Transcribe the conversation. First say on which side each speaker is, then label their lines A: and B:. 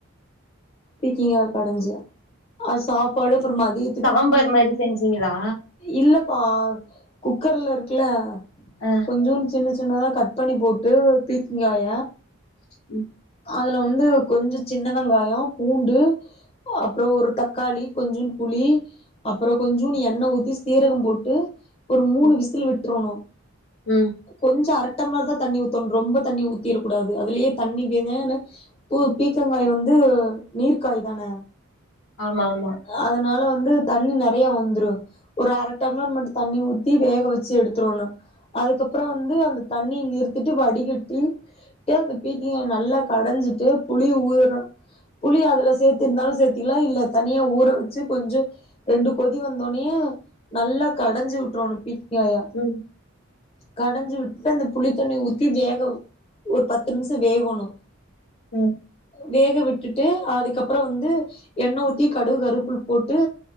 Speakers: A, on the left; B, on the left.
A: பீக்கீங்கா கடைஞ்ச அ சாப்பாடு அப்றோ மதிய
B: சாம்பார் மாரி செஞ்சீங்ளா
A: இல்லப்பா குக்கர்ல இருக்கல்ல
B: அ
A: கொஞ்சூன்னு சின்ன சின்னதா கட் பண்ணி போட்டு பீக்கிங்காய
B: ம்
A: அதுல வந்து கொஞ்சோ சின்ன வெங்காயோ பூண்டு அப்புறோ ஒரு தக்காளி கொஞ்சூன்னு புளி அப்றோ கொஞ்சூன்னு எண்ணெ ஊத்தி சீரகம் போட்டு ஒரு மூணு
B: ம்
A: விசில் விட்றோணு
B: ம்
A: கொஞ்சோ அரட்டம்ளர்தா தண்ணி ஊத்தணு ரொம்ப தண்ணிய ஊத்திர கூடாது அதுலயே தண்ணி வெ பு பீக்கங்காய் வந்து நீர் காய்தான
B: ஆமாமா
A: அதனால வந்து தண்ணி நெறையா வந்துரு ஒரு அர டம்ளர் மட்டு தண்ணி ஊத்தி வேக வச்சு எடுத்துரோணு அதுக்கப்றோ வந்து அந்த தண்ணி நிறுத்திட்டு வடிகட்டி ட்டு அத பீக்கிங்காய நல்லா கடைஞ்சிட்டு புளி ஊ புளி அதுல சேத்தி இருந்தாலு சேத்திக்கலா இல்ல தனியா ஊற வெச்சு கொஞ்சோ ரெண்டு கொதி வந்தொன்னயே நல்லா கடைஞ்சு விட்டுறோணு பீக்கங்காய
B: ம்
A: கடஞ்சு விட்டு அந்த புளி தண்ணி ஊத்தி வேக ஒரு பத்து நிமிஷோ வேகோணு
B: ம்
A: வேக விட்டுட்டு அதுக்கப்றோ வந்து எண்ணெ ஊத்தி கடு கருவேப்பில் போட்டு